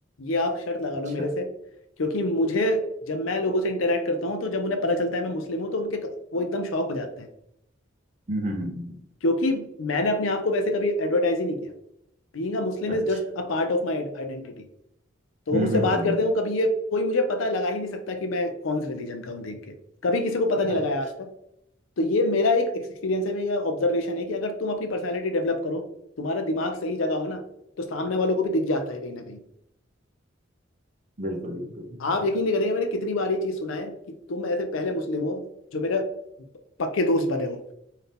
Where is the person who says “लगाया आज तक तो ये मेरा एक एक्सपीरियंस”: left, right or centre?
Left